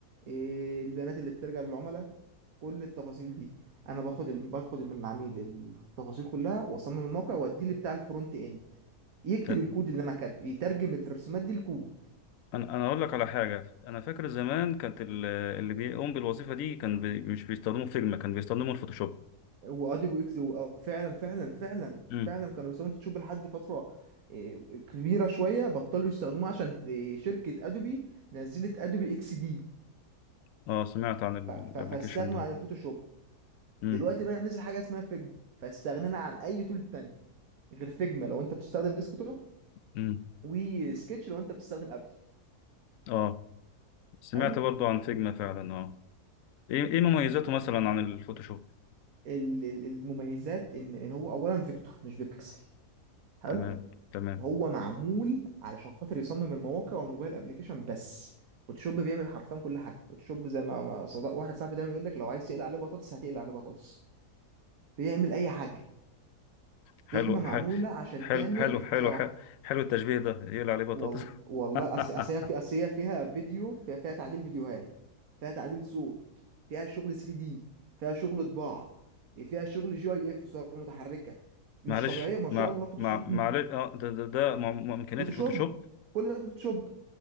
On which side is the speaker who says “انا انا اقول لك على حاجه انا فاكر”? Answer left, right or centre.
Left